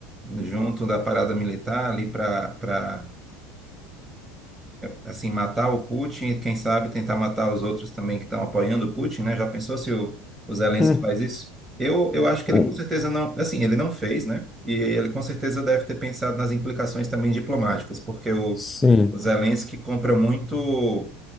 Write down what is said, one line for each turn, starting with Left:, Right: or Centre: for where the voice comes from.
Right: junto da parada militar ali para para assim matar o Putin e quem sabe tentar matar os outros também que estão apoiando o Putin, né? Já pensou se o, o Zelensky
Left: Hum.
Right: faz isso? Eu, eu acho que ele
Left: Um-
Right: com certeza não, assim, ele não fez, né? E ele com certeza deve ter pensado nas implicações também diplomáticas, porque o,
Left: Sim,
Right: o Zelensky compra muito